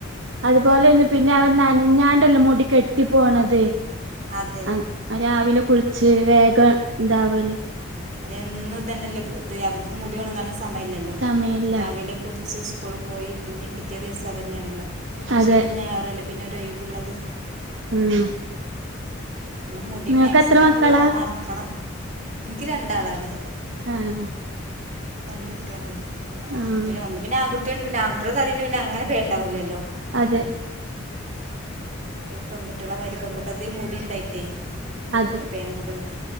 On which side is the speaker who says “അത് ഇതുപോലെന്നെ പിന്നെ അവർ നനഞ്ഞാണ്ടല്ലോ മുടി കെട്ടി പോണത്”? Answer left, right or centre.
Right